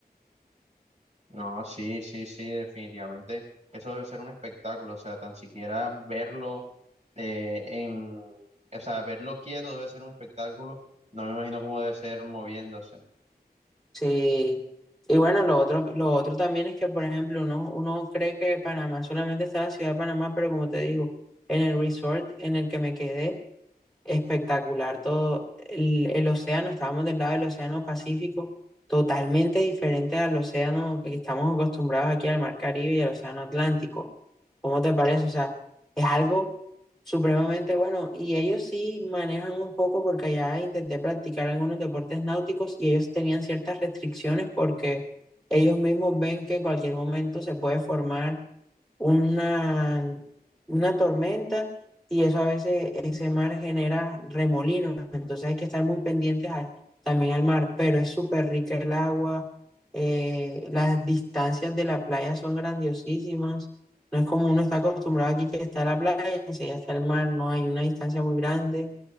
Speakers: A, on the right; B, in the centre.
A: No, sí, sí, sí, definitivamente. Eso debe ser un espectáculo, o sea, tan siquiera verlo eh, en, o sea, verlo quieto debe ser un espectáculo. No me imagino cómo debe ser moviéndose.
B: Sí. Y bueno, lo otro, lo otro también es que, por ejemplo, uno, uno cree que Panamá solamente está la ciudad de Panamá, pero como te digo, en el resort en el que me quedé, Espectacular todo. El, el océano, estábamos del lado del océano Pacífico, totalmente diferente al océano que estamos acostumbrados aquí al mar Caribe y al océano Atlántico. ¿Cómo te parece? O sea, es algo supremamente bueno. Y ellos sí manejan un poco porque allá intenté practicar algunos deportes náuticos y ellos tenían ciertas restricciones porque ellos mismos ven que en cualquier momento se puede formar una, una tormenta y eso a veces ese mar genera remolinos, entonces hay que estar muy pendientes a- también al mar, pero es súper rica el agua, eh, las distancias de la playa son grandiosísimas, no es como uno está acostumbrado aquí que está la playa, enseguida está el mar, no hay una distancia muy grande,